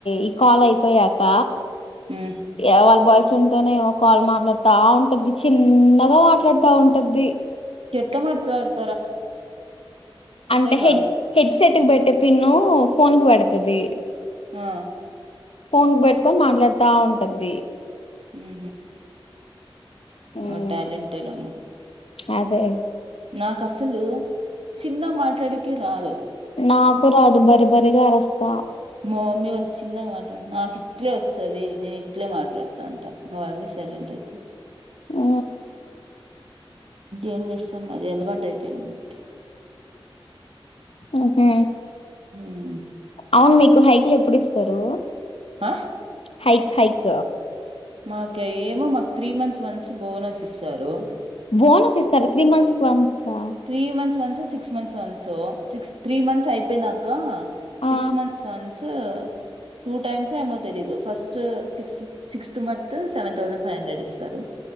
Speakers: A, on the left (about 80°); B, on the right (about 85°).
A: ఈ కాల్ అయిపోయాక
B: హ్మ్
A: అవల్ బయస్ తనే ఏమో కాలు మాట్లాడుతా ఉంటది చిన్నగా మాట్లాడుతా ఉంటది
B: చెట్లా మాట్లాడుతు
A: అంటే హెడ్
B: కాదు
A: హెడ్ సెట్ క పెట్టే పిన్న ఫోన్ క పెడతుది
B: ఆ
A: ఫోన్ క పెట్టుకొని మాట్లాడుతా ఉంటది
B: ఆ
A: ఉమ్
B: బ టెాలంంటెడ్ మా
A: అదే
B: నాకు అసలు చిన్న మాట్లాడికి రాదు
A: నాకు రా అదు బరి బరిగా రస్తా
B: మా మమ్మీ వాళ్ళు చిన్నగా మాట్లాడుత నాకు ఇట్లే వస్తుంది నేను ఇట్లే మాట్లాడుతా ఉంటాను వాళ్ళే సైలెంట్ అయితే
A: ఆ
B: ఏం చేస్తాం అది అలవాటు అయిపోయింది మనకి
A: ఉహు
B: ఊమ్
A: అవును మీకు హైకిలు ఎప్పుడు ఇస్తారు
B: అ
A: హైక్ హైక్
B: మాకా ఏమో మాకు త్రీ మంత్స్ వన్స్ బోనస్ ఇస్తారు
A: బోనస్ ఇస్తారా త్రీ మంత్స్ వన్సా
B: త్రీ మంత్స్ వన్సో six months once six three months అయిపోయినాకా సిక్స్
A: ఆ
B: మంత్స్ వన్స్ టా టైమ్స్ ఏమో తెలీదు first six sixth month seven thousand five hundred ఇస్తారు